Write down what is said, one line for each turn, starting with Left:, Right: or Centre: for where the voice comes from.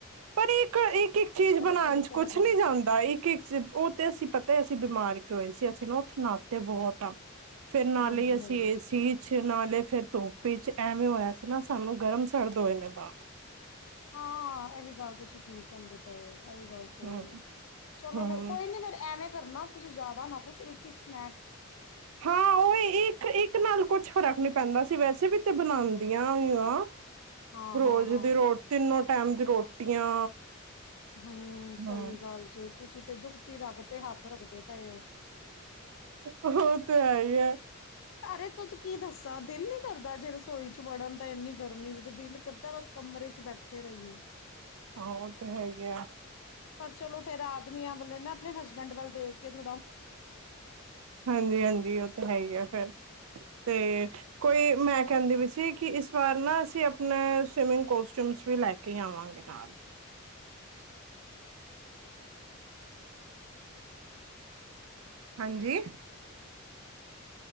Right: ਪਰ ਇੱਕ ਇੱਕ ਇੱਕ ਚੀਜ਼ ਬਣਾਉਣ
Left: ਪੂਰੀ
Right: ਚ
Left: ਤਰ੍ਹਾਂ
Right: ਕੁਛ
Left: ਕਰੋ
Right: ਨੀ ਜਾਂਦਾ ਇੱਕ ਇੱਕ ਚੀ ਉਹ ਤੇ ਅਸੀਂ ਪਤਾ ਤੇ ਬਿਮਾਰ ਕੇ ਹੋਏ ਸੀ ਅਸੀਂ ਨਾ ਉਹਤੇ ਨਾਤੇ ਬਹੁਤ ਆਾਂ ਫੇਿਰ ਨਾਲੇ
Left: ਹਾਂਜੀ-ਹਾਂਜੀ।
Right: ਅਸੀਂ ਇਹਏ ਸੀ ਨਾਲੇ ਫਿਰ ਤੂੰਪ ਵਿੱਚ ਐਵੇਂ ਹੋਇਆ ਸੀ ਨਾ ਸਾਨੂੰ ਗਰਮ ਸਰਦ ਹੋਏ ਨੇ ਨਾਲ
Left: ਹਾਂ ਇਹ ਵੀ ਗੱਲ ਤੁਸੀਂ ਠੀਕ ਹਿੰਦੇ ਪਏ ਹੋ ਇਹ ਵੀ ਗੱਲ ਸਹੀ
Right: ਹੂੰ
Left: ਹੈ ਚਲੋ
Right: ਹੂੰ
Left: ਫੇਰ ਕੋਈ ਨੀ ਫੇਿਰ ਐਵੇਂ ਕਰਨਾ ਤੁਸੀਂ ਜਿਆਦਾ ਨਾ ਕੁੱਛ ਇੱਕ ਇੱਕ ਸਨੈਕ
Right: ਹਾਂ ਉਹ ਇੱਕ ਇੱਕ ਨਾਲ ਕੁਛ ਫਰਕ ਨੀ ਪੈਂਦਾ ਸੀ ਵੈਸੇ ਵੀ- ਤੇ ਬਣਾਉਂਦੀਆਂ ਵੀਈਆਂ
Left: ਹਾਂ-ਹਾਂ-ਹਾਂ
Right: ਰੋਜ਼ ਦੀ ਰੋ ਤਿੰਨ ਟਾਈਮ ਦੀ ਰੋਟੀਆਂ
Left: ਹਮ ਸਹੀ
Right: ਹੂੰ।
Left: ਗੱਲ ਜ ਤੁਸੀਂ ਤੇ ਦੁੱਖਤੀ ਰਖ ਤੇ ਹੱਥ ਰੱਖਦੇ ਪਏ ਹੋ।
Right: ਉਹ ਤੇ ਹੈ ਹੀ ਹੈ
Left: ਅਰੇ ਤੁਂ ਕੀ ਦੱਸਾਂ ਦਿਲ ਨੀ ਕਰਦਾ ਜੇ ਰਸੋਈ ਚ ਵੜਨ ਦਾ ਇੰਨੀ ਗਰਮੀ ਵਿੱਚ ਦਿਲ ਕਰਦਾ ਬਸ ਕਮਰੇ ਬੈਠੇ ਰਹੀਏ
Right: ਹਾਂ ਉਹ ਤੇ ਹੈਗੇ ਆ
Left: ਪਰ ਚਲੋ ਫੇਰ ਆਦਮੀਆਂ ਵੇ ਨਾ ਆਪਣੇ ਹਸਬੈਂਡ ਵੱਲ ਦੇਖ ਕੇ ਥੋੜ੍ਹਾ
Right: ਹਾਂਜੀ ਹਾਂਜੀ ਉਹ ਤਾਂ ਹੈ ਹੀ ਆ ਫਿਰ ਤੇ ਕੋਈ ਮੈਂ ਕਹਿੰਦੀ ਵੀ ਸੀ ਕਿ ਇਸ ਵਾਰ ਨਾ ਅਸੀਂ ਆਪਣੇ ਸਵੀਮਿੰਗ ਕੋਸਟਿਊਮਸ ਵੀ ਲੈ ਕੇ ਆਵਾਂਗੇ ਨਾਲ ਹਾਂਜੀ